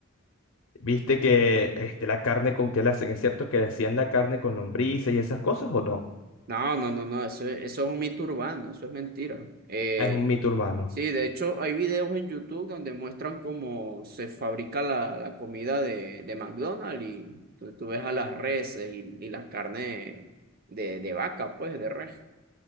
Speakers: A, on the left; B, on the right.
A: ¿Viste que este, la carne con qué la hacen? ¿Es cierto que hacían la carne con lombrices y esas cosas o no?
B: No, no, no, no, eso, es- eso es un mito urbano, eso es mentira. Eh,
A: Es un mito urbano.
B: sí, de hecho hay videos en YouTube donde muestran cómo se fabrica la, la comida de, de McDonald's y tú, tú ves a las reses y, y la carne de, de vaca, pues, de res.